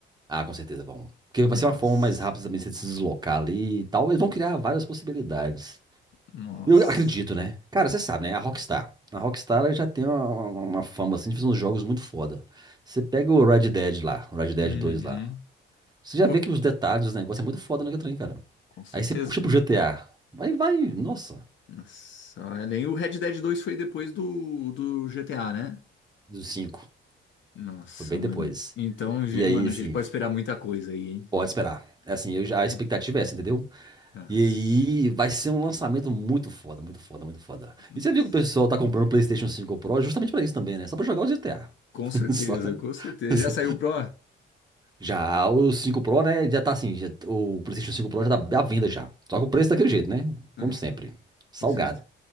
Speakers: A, on the right (about 20°); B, on the left (about 70°).
A: Ah, com certeza vão. Porque vai
B: Nossa.
A: ser uma forma mais rápida também de você se deslocar ali e tal. Eles vão criar várias possibilidades.
B: Nossa.
A: Eu acredito, né? Cara, você sabe, né? A Rockstar. A Rockstar ela já tem uma, uma- uma fama assim de fazer uns jogos muito foda. Você pega o Red Dead lá, o Red Dead
B: Uhum.
A: 2 lá. Você já
B: Fo-
A: vê que os detalhes dos negócios é muito foda no trem, cara.
B: Com certeza.
A: Aí você puxa pro GTA. Vai, vai, nossa,
B: Nossa, olha, nem o Red Dead dois foi depois do, do GTA, né?
A: do cinco
B: Nossa,
A: Foi bem
B: mano.
A: depois.
B: Então, ge-
A: E aí,
B: mano,
A: assim,
B: a gente pode esperar muita coisa aí, hein?
A: pode esperar. É Assim, eu já- a
B: <laughs>
A: expectativa é essa, entendeu?
B: Nossa.
A: E aí vai ser um lançamento muito foda, muito foda, muito foda.
B: Nossa.
A: E você viu que o pessoal tá comprando o PlayStation Cinco Pro justamente pra isso também, né? Só pra jogar o GTA.
B: Com
A: <laughs>
B: certeza,
A: Só-
B: com certeza.
A: só-
B: Já saiu o Pro?
A: Já o Cinco Pro, né? Já tá assim, já- o PlayStation Cinco Pro já tá à venda já. Só que o preço tá daquele jeito, né? Como
B: Ah.
A: sempre, salgado.
B: com certeza.